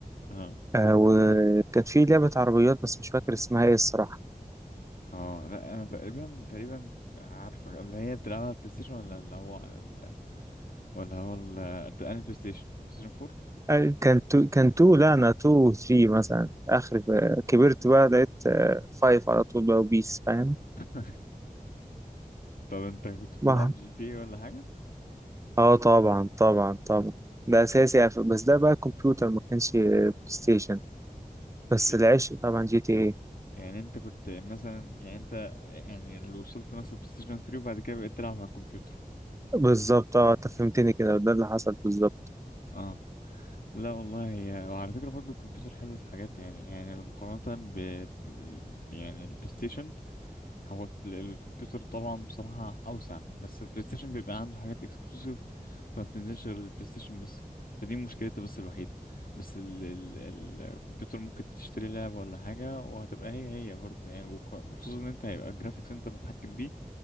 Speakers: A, on the left; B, on the right.
A: اه
B: آه،
A: لا.
B: وكانت في لعبة عربيات بس مش فاكر اسمها ايه الصراحة
A: اه لا انا تقريبا تقريبا ف- عارفه اللي هي بتلعبها على البلاي ستيشن ولا اللي هو على ال... ولا هو ال... البلاي أنهي بلاي ستيشن بلاي ستيشن
B: آه، كان تو كان تو لا انا تو وثري مثلا اخر آه، كبرت بقى لقيت آه، فايف على طول بقى وبيس فاهم
A: 4 طب انت كنت بتلعب
B: ما-
A: جي تي اي ولا حاجة؟
B: اه طبعا طبعا طبعا ده اساسي يعني، بس ده بقى كمبيوتر ما كانش بلاي ستيشن بس
A: يعني
B: العشق طبعا جي تي ايه
A: يعني انت كنت مثلا يعني انت يعني لو وصلت مثلا بلاي ستيشن 3 وبعد كده بقيت تلعب على الكمبيوتر
B: بالظبط اه انت فهمتني كده ده اللي حصل بالظبط
A: اه لا والله هي وعلى فكرة برضو الكمبيوتر حلو في حاجات يعني يعني المقارنة ب ب- يعني البلاي ستيشن هو ال- الكمبيوتر طبعا بصراحة أوسع بس البلاي ستيشن بيبقى عنده حاجات اكسكلوسيف فما بتنزلش غير البلاي ستيشن بس فدي مشكلتها بس الوحيدة بس ال ال ال- الكمبيوتر ممكن تشتري لعبة ولا حاجة وهتبقى هي هي برضه يعني وخ- وخصوصا إن أنت هيبقى الجرافيكس أنت متحكم بيه